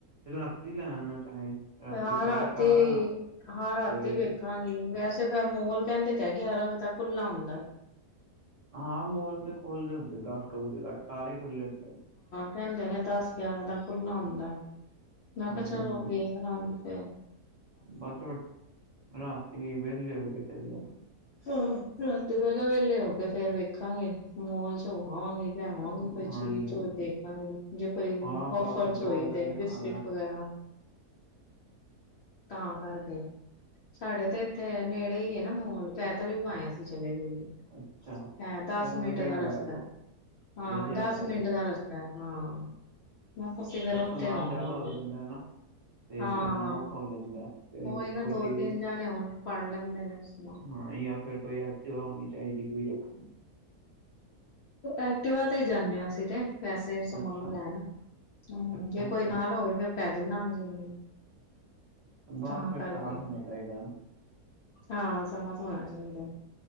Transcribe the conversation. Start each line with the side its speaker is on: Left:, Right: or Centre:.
Right: ਰਾਤੀ ਲੈ ਆਨਾ ਚਾਹੇ ਰਾਤੀ
Left: ਹਾਂ
Right: ਸੈਰ
Left: ਰਾਤੀ-ਹਾਂ
Right: ਕਰ ਆਨਾ
Left: ਰਾਤੀ
Right: ਤੇ
Left: ਵੇਖਾਂਗੀ ਵੈਸ ਫਿਰ ਮੋਲ ਕੈਂਦੇ ਤੇ ਗਿਆਰਾਂ ਵਜੇ ਤੱਕ ਖੁੱਲਾ ਹੁੰਦਾ।
Right: ਹਾਂ ਮੋਲ ਤੇ ਖੋਲਦੇ ਹੁੰਦੇ ਦਸ ਕੁ ਵਜੇ ਤੱਕ ਸਾਰੇ ਖੁੱਲ੍ਹੇ ਹੁੰਦੇ।
Left: ਕੈਂਦੇ ਨੇ ਦਸ ਗਿਆਰਾਂ ਦਾ ਖੁੱਲਾ ਹੁੰਦਾ ਮੈਂ
Right: ਹਾਂਜੀ,
Left: ਕਿਆ ਚਲੋ
Right: ਹਾਂਜੀ
Left: ਵੇ ਬਣਾਂਦੇ ਪਏ ਹੋ।
Right: ਬਸ ਰਾਤੀ ਵਿਹਲੇ ਹੋ ਕੇ ਚਲੇ ਜਾਣਾ।
Left: ਹੂੰ-ਹੂੰ ਰਾਤੀ ਮੈਂ ਕਿਆ ਵੇਲੇ ਹੋ ਕੇ ਵੇਖਾਂਗੇ ਮੋਲ 'ਚ ਹੋ ਆਵਾਂਗੇ। ਲੈ ਵਾਂਗੀ
Right: ਹਾਂਜੀ
Left: ਕੋਈ ਚੀਜ਼
Right: ਹਾਂਜੀ
Left: ਹੋ ਦੇਖਾਂਗੀ ਜੇ ਕੋਈ
Right: ਹਾਂ ਬਸ
Left: ਔਫਰ 'ਚ
Right: ਜੋ
Left: ਹੋਈ
Right: ਉਹਨਾਂ
Left: ਤੇ
Right: ਨੇ
Left: ਬਿਸਕਿਟ
Right: ਖਾਣਾ ਹੈ
Left: ਵਗੈਰਾ
Right: ਹਾਂ
Left: ਤਾਂ ਕਰ ਗਏ ਸਾਡੇ ਤੇ ਇੱਥੇ ਨੇੜੇ ਹੀ ਹੈ ਨਾ ਮੋਲ ਪੈਦਲ ਵੀ ਪਾਏ ਅਸੀਂ ਚਲੇ ਜਾਈਏ
Right: ਅੱਛਾ
Left: ਹੈ ਦਸ
Right: ਚਲੋ
Left: ਮਿੰਟ
Right: ਵਧੀਆ
Left: ਦਾ
Right: ਗੱਲ
Left: ਰਸਤ <unintelligible>
Right: ਹੈ
Left: ਹਾਂ
Right: ਵਧੀਆ
Left: ਦਸ
Right: ਗੱਲ
Left: ਮਿੰਟ
Right: ਹੈ
Left: ਦਾ ਰਸਤਾ ਹਾਂ। ਮੈਂ ਕੁਛ ਦੇਰ
Right: ਪਰ
Left: ਉੱਥੇ
Right: ਸਮਾਨ
Left: ਹੋ
Right: ਜ਼ਿਆਦਾ
Left: ਆਵਾਂਗੇ
Right: ਜਾਂਦਾ ਹੈ ਨਾ ਤੇ
Left: ਹਾਂ
Right: ਲਿਆਣਾ ਔਖਾ ਹੋ ਜਾਂਦਾ ਹੈ ਫਿਰ
Left: ਉਹ ਇਹ ਨਾ
Right: ਕੋਈ
Left: ਦੋ
Right: ਚੀਜ਼
Left: ਤਿੰਨ ਜਾਣੇ ਹਣ ਫੜ ਲੈਂਦੇ ਨੇ ਸਮਾਨ
Right: ਹਾਂ ਜਾਂ ਫਿਰ ਕੋਈ ਐਕਟਿਵਾ ਹੋਣੀ ਚਾਹੀਦੀ ਕੋਈ ਰੱਖਣ
Left: ਐਕਟਿਵਾ ਤੇ ਹੀ ਜਾਂਦੇ ਹਾਂ ਅਸੀਂ ਤੇ ਪੈਸੇ ਸਮਾਨ
Right: ਅੱਛਾ
Left: ਲੈਣਾ ਹੂੰ
Right: ਅੱਛਾ
Left: ਜੇ
Right: ਅੱਛਾ
Left: ਕੋਈ ਨਾਲ ਹੋਵੇ ਫਿਰ ਪੈਦਲ ਨਾਣ ਗਏ
Right: ਬਸ
Left: ਤਾਂ
Right: ਫਿਰ
Left: ਕਰਕੇ
Right: ਸਾਥ ਹੋਣਾ ਚਾਹੀਦਾ ਨਾ
Left: ਹਾਂ ਸਮਾਂ ਹੋਣਾ ਚਾਹੀਦਾ